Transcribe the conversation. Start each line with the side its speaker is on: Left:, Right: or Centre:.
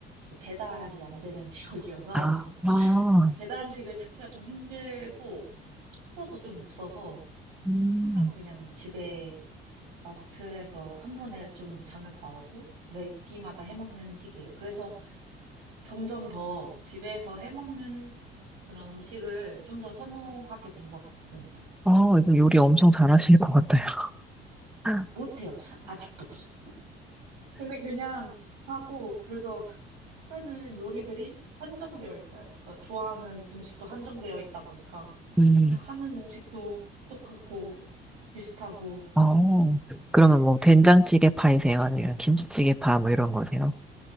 Right: 배달이 안 되는 <laughs> 지역이어서
Centre: 아, 아,
Right: 배달 음식을 찾기가 좀 힘들고 숙소도 좀 없어서
Centre: 음.
Right: 항상 그냥 집에 마트에서 한 번에 좀 장을 봐오고 매 끼마다 해먹는 식이에요. 그래서 점점 더 집에서 해먹는 그런 음식을 좀 더 선호하게 된 것 같습니다.
Centre: 어, 이거 요리 엄청 잘하실 것 같아요. <laughs>
Right: 못해요, 사- 아직도. <laughs> 근데 그냥 하고, 그래서 하는 요리들이 한정되어 있어요. 그래서 좋아하는 음식도 한정되어 있다 보니까
Centre: 음.
Right: 그냥 하는 음식도 똑같고 비슷하고
Centre: 어, 그러면
Right: 네,
Centre: 뭐
Right: 그렇습니다.
Centre: 된장찌개 파이세요? 아니면 김치찌개 파 뭐 이런 거세요?